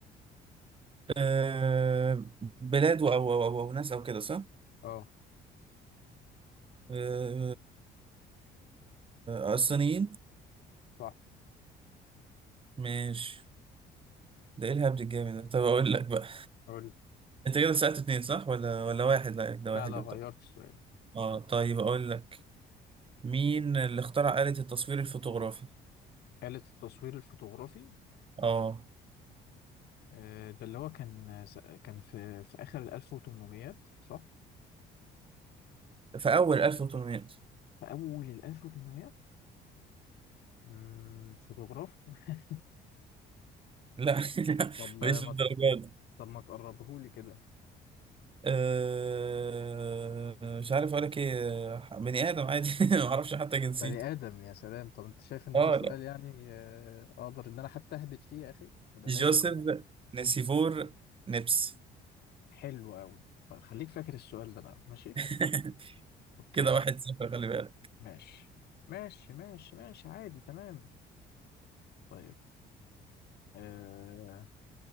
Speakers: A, on the right; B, on the left.
A: آه، بلاد أو أو أو أو ناس أو كده صح؟
B: اه
A: آه، آه، الصينيين
B: صح
A: ماشي ده إيه الهبد الجامد ده طب أقول لك بقى
B: قول لي.
A: أنت كده سألت اتنين صح ولا ولا واحد لا ده
B: لا
A: واحد
B: لا
A: يعتبر
B: غيرت السؤال
A: اه طيب أقول لك مين اللي اخترع آلة التصوير الفوتوغرافي؟
B: آلة التصوير الفوتوغرافي
A: اه
B: آه ده اللي هو كان كان في في اخر ال 1800 صح
A: في أول 1800
B: في اول ال 1800 مم، فوتوغراف <laughs>
A: لا <laughs>
B: طب ما
A: مش للدرجة دي
B: طب ما تقربهولي كده
A: آه، مش عارف أقول لك إيه آه، بني آدم عادي <laughs> معرفش حتى جنسيته
B: بني آدم يا سلام طب أنت شايف إن
A: اه
B: ده سؤال يعني آه، أقدر إن أنا حتى أهبط فيه يا أخي بلاش
A: جوزيف
B: إن أنا
A: نسيفور نبس
B: حلو أوي طب خليك فاكر السؤال ده بقى ماشي
A: <laughs>
B: أوكي
A: كده واحد صفر خلي بالك
B: ماشي ماشي ماشي ماشي عادي تمام طيب آه...